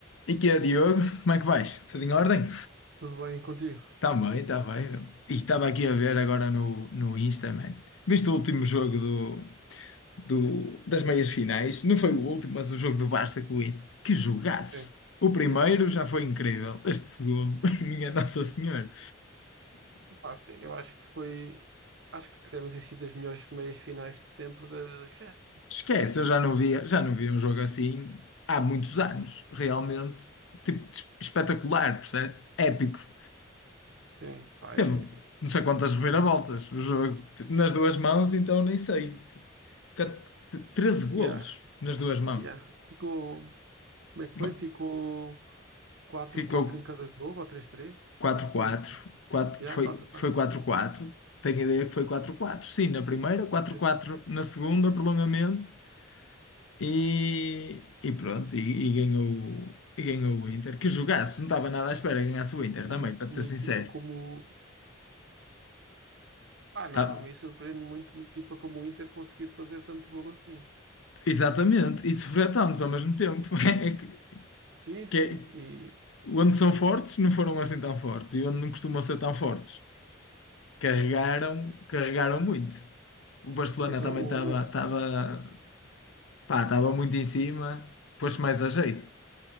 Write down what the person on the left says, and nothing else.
E que é, Diogo? Como é que vais? Tudo em ordem?
Tá bem, tá bem. meu. E estava aqui a ver agora no, no Insta, man. Viste o último jogo do, do, das meias finais? Não foi o último, mas o jogo do Barça com o Inter. Que jogaço!
O primeiro
já foi incrível. Este segundo, <laughs> minha Nossa Senhora.
Esquece, eu já não via, já não via um jogo assim há muitos anos. Realmente, tipo, espetacular, percebe? Épico.
Teve
não sei quantas reviravoltas o jogo. Nas duas mãos, então nem sei. Cat- 13 golos
nas duas mãos.
Ma-
Ficou
quatro
4
Quatro- Quatro-
Foi,
foi 4 quatro Tenho ideia que foi 4 quatro Sim, na primeira, 4
quatro na segunda, prolongamento. E, e pronto, e, e ganhou, e ganhou o Inter. Que jogasse, não estava nada à espera que ganhasse o Inter
também, para te
ser sincero.
Tá,
exatamente, e sofrer tantos ao mesmo tempo. <laughs> É que-
que é-
Onde são fortes, não foram assim tão fortes. E onde não costumam ser tão fortes, carregaram, carregaram muito. O Barcelona
também
estava, estava, pá, estava muito em cima, pôs-se mais a jeito.